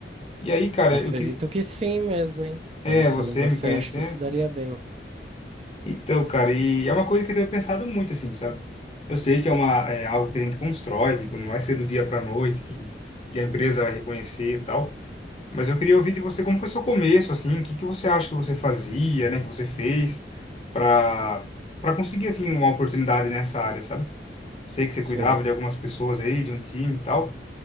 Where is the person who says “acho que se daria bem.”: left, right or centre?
Right